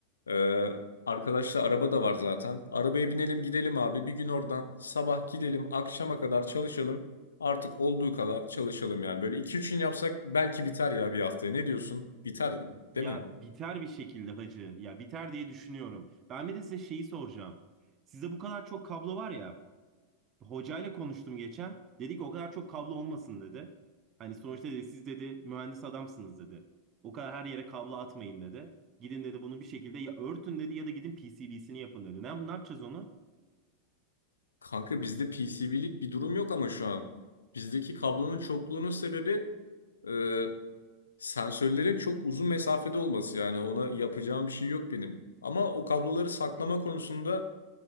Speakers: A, on the left; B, on the right.
A: Ee, arkadaşlar araba da var zaten. Arabaya binelim gidelim abi. Bir gün oradan sabah gidelim akşama kadar çalışalım. Artık olduğu kadar çalışalım yani. Böyle iki üç gün yapsak belki biter ya bir haftaya. Ne diyorsun? Biter
B: Ya
A: değil mi?
B: biter bir şekilde hacı. Ya biter diye düşünüyorum. Ben bir de size şeyi soracağım. Sizde bu kadar çok kablo var ya. Hocayla konuştum geçen. Dedi ki o kadar çok kablo olmasın dedi. Hani sonuçta dedi siz dedi mühendis adamsınız dedi. O kadar her yere kablo atmayın dedi. Gidin dedi bunu bir şekilde ya örtün dedi ya da gidin PCB'sini yapın dedi. Ne, ne yapacağız onu?
A: Kanka bizde PCB'lik bir durum yok ama şu an. Bizdeki kablonun çokluğunun sebebi e, sensörlerin çok uzun mesafede olması. Yani ona yapacağım bir şey yok benim. Ama o kabloları saklama konusunda